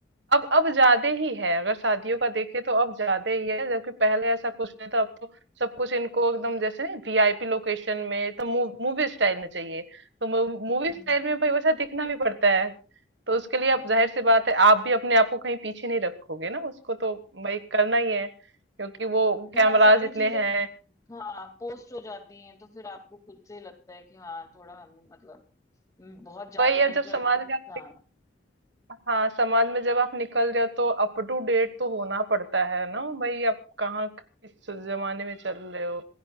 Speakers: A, on the right; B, on the left.
A: अब ज्यादा ही है अगर शादियों का देखे तो अब ज्यादा ही है जबकि पहले ऐसा कुछ नहीं था अब तो सब कुछ इनको एकदम जैसे नहीं वीआईपी लोकेशन में तो मूवी स्टाइल में चाहिए तो मूवी
B: हम्म
A: स्टाइल में भाई वैसा दिखना भी पड़ता है तो उसके लिए
B: हम्म।
A: अब जाहिर सी बात है आप भी अपने आप को कहीं पीछे नहीं रखोगे ना उसको तो भाई करना ही है क्योंकि वो
B: नहीं
A: कैमराज
B: और सारी
A: इतने
B: चीजें
A: हैं
B: हाँ पोस्ट हो जाती हैं तो फिर आपको खुद से ही लगता है कि हाँ थोड़ा हम मतलब हम्म, बहुत ज्यादा
A: भाई अब
B: नहीं
A: जब
B: तो
A: समाज
B: एटलीस्ट
A: में आप
B: हाँ
A: हाँ समाज में जब आप निकल रहे हो तो अप टू डेट तो होना पड़ता है ना भाई आप कहाँ किस जमाने में चल रहे हो